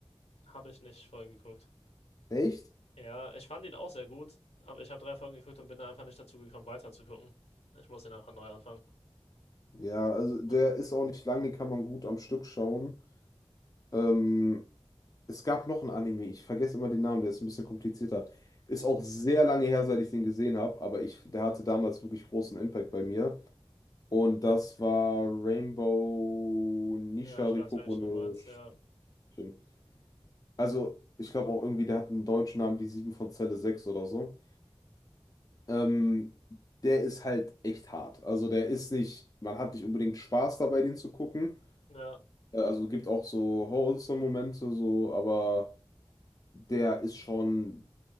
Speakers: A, on the left; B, on the left.
A: habe ich nicht voll geguckt.
B: Echt?
A: Ja, ich fand ihn auch sehr gut, aber ich habe drei Folgen geguckt und bin da einfach nicht dazu gekommen, weiter zu gucken. Ich muss ihn einfach neu anfangen.
B: Ja, also der
A: Ähm,
B: ist auch nicht lang, den kann man gut am Stück schauen. Ähm, es gab noch ein Anime, ich vergesse immer den Namen, der ist ein bisschen komplizierter. Ist auch sehr lange her, seit ich den gesehen habe, aber ich, der hatte damals wirklich großen Impact bei mir. Und das war Rainbow Nishariko
A: Ja, ich weiß, welchen
B: no
A: du meinst. Ja,
B: Shin. Also, ich glaube auch irgendwie, der hat einen deutschen Namen, die 7 von Zelle 6 oder so. Ähm, der ist halt echt hart. Also, der ist nicht, man hat nicht unbedingt Spaß dabei, den zu gucken.
A: ja,
B: Äh, Also, gibt auch so wholesome Momente, so, aber der ist schon